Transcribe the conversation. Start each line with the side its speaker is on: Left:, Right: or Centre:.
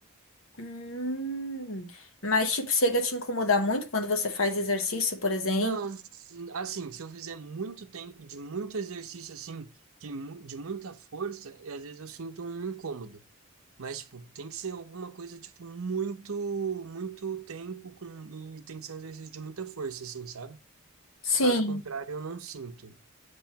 Left: Hum. Mas, tipo, chega a te incomodar muito quando você faz exercício, por exemplo.
Right: Não, assim, se eu fizer muito tempo de muito exercício, assim, de, mu- de muita força, e às vezes eu sinto um incômodo. Mas, tipo, tem que ser alguma coisa, tipo, muito, muito tempo com, e tem que ser um exercício de muita força, assim, sabe?
Left: Sim.
Right: Caso contrário, eu não sinto.